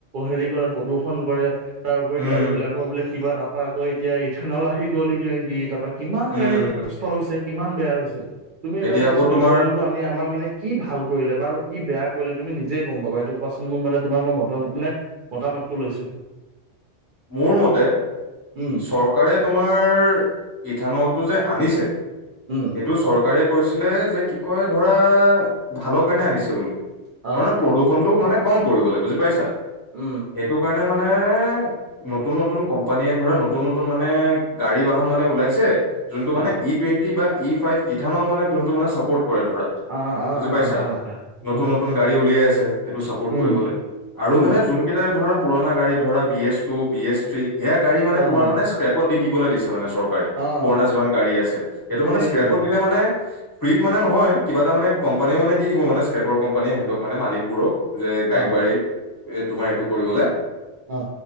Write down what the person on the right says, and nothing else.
হেৰি কৰে প্ৰদূষণ কৰে। তাৰপৰি
গাড়ী বিলাকৰ বোলে কিবা তাৰপা আকৌ এতিয়া ইথানল আহি গ'ল ই টুৱেণ্টি তাৰপা। কিমান
গাড়ী নষ্ট হৈছে কিমান বেয়া হৈছে। তুমি এটা
কোৱাচোন
ইথেনেলটো আনি আমাৰ মানে কি ভাল কৰিলে বাৰু কি বেয়া কৰিলে তুমি নিজেই গম পাবা, এইটো কোৱাচোন মোক মানে তোমাৰ মই মত মানে মতামতটো লৈছো। <inaudible>
উম,
উম,
অ',
উম,
অ'।
অ', অ',
অ',
হয়, হয়,
হয়,
উম,
উম,
অ',
অ',
সেইবোৰে
অ',
অ।